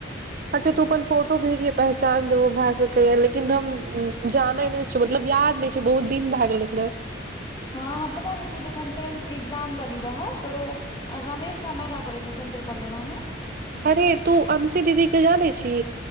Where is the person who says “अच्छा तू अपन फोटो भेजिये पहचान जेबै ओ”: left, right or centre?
Right